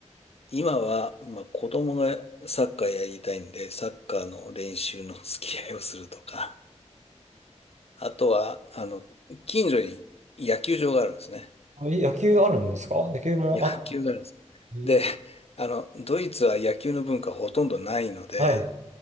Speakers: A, on the left; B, on the right.
A: 今は、まあ、子供がサッカーやりたいんで、サッカーの練習の付き合いをするとか、あとは、あの、近所に野球場があるんですね。
B: あえ野球あるんですか野球もあった
A: 野球があるんです。
B: り
A: で、あの、ドイツは野球の文化ほとんどないので、
B: はい。